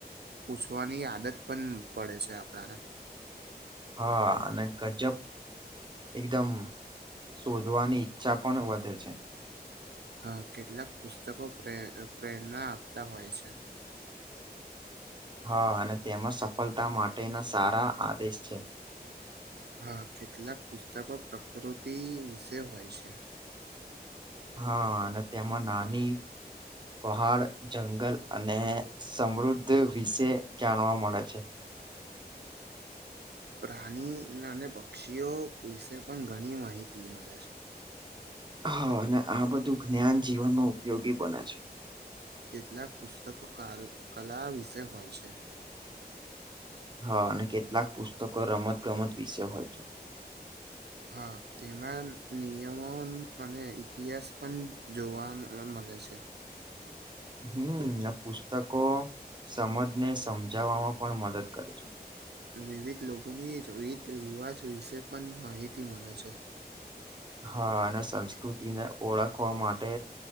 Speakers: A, on the right; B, on the right.
A: પૂછવાની આદત પણ પડે છે આપણાને.
B: હા અને ગજબ એકદમ શોધવાની ઈચ્છા પણ વધે છે.
A: હા કેટલાક પુસ્તકો પ્રે પ્રેરણા આપતા હોય છે.
B: હા અને તેમાં સફળતા માટેના સારા આદેશ છે.
A: હા કેટલાક પુસ્તકો પ્રકૃતિ વિશે હોય છે.
B: હા અને તેમાં નાની પહાડ, જંગલ અને સમૃદ્ધ વિશે જાણવા મળે છે.
A: પ્રાણી અને પક્ષીઓ વિશે પણ ઘણી માહિતી મળે છે.
B: હા અને આ બધું જ્ઞાન જીવનમાં ઉપયોગી બને છે.
A: કેટલાક પુસ્તકો કાલ કલા વિશે હોય છે.
B: હા અને કેટલાક પુસ્તકો રમત-ગમત વિશે હોય છે.
A: હા તેમાં નિયમો અને ઇતિહાસ પણ જોવા મળે છે.
B: હમ્મ ને પુસ્તકો સમજને સમજાવવામાં પણ મદદ કરે છે.
A: વિવિધ લોકોની રીત રિવાજ વિશે પણ માહિતી મળે છે.
B: હા અને સંસ્કૃતિને ઓળખવા માટે